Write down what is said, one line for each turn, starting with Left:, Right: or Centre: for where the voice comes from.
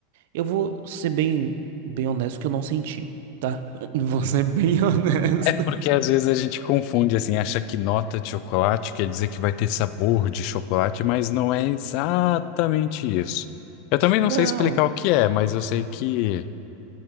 Right: Eu vou ser bem, bem honesto que eu não senti, tá? <laughs> Vou ser bem <laughs> honesto.
Left: É porque às vezes a gente confunde, assim, acha que nota de chocolate quer dizer que vai ter sabor de chocolate, mas não é exatamente isso. Eu também
Right: Não,
Left: não sei explicar o que é, mas eu sei que